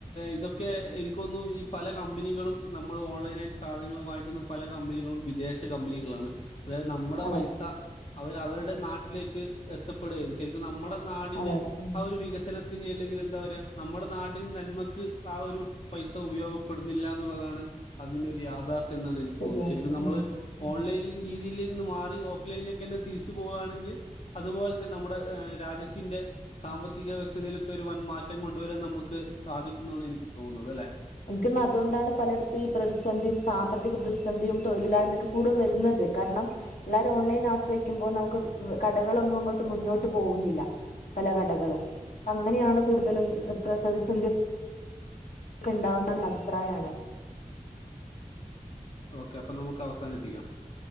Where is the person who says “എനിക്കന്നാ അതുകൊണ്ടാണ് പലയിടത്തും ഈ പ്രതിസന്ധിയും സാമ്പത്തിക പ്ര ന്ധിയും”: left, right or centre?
Left